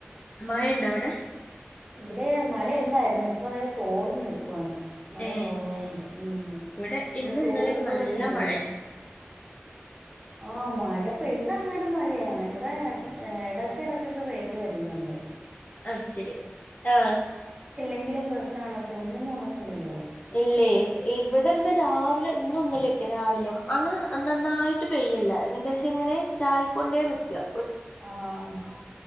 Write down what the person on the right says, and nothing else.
ഇവിടെ മഴ ഇണ്ടാരുന്നു ഇപ്പൊ ദേ തോർന്നു നിക്കുവാണ് മഴ
കൊറവുണ്ട് ഉം
ഇങ്ങനെ
തോളി
തോളി
നിൽക്കുന്നു
ആഹ് മഴ പെയ്ത അങ്ങാട് മഴയാണ് ഇവിടെ എടയ്ക്ക് എടയ്ക്കൊക്കെ വെയില് വരുന്നുണ്ട്
എങ്കിലും പ്രശ്നമാണ് തുണി ഒന്നും ഒണങ്ങില്ലല്ലോ
ആഹ്